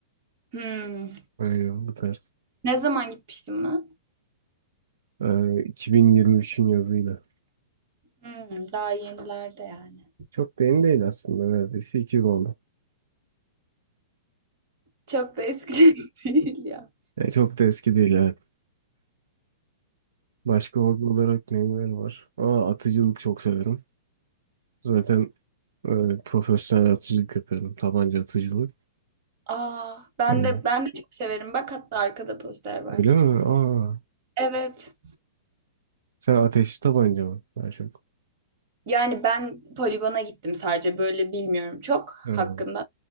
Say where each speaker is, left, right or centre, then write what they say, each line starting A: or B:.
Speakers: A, on the right (about 45°); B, on the right (about 80°).
A: Hmm.
B: Aynen bu tarz.
A: Ne zaman gitmiştim lan?
B: Ee, 2023'ün yazıyla.
A: Hmm, daha yenilerde yani.
B: Çok da yeni değil aslında neredeyse iki yıl oldu.
A: Çok da eski <laughs> değil ya.
B: E, çok da eski değil evet. Başka hobi olarak neler var? Aa, atıcılık çok severim. Zaten Öyle profesyonel atıcılık yapıyorum. Tabanca atıcılık.
A: Aa, ben
B: Öyle.
A: de ben de çok severim. Bak hatta arkada poster var.
B: Öyle mi? Aa,
A: Evet.
B: sen ateşli tabanca mı? Daha çok.
A: Yani ben poligona gittim sadece böyle bilmiyorum çok
B: Ha,
A: hakkında.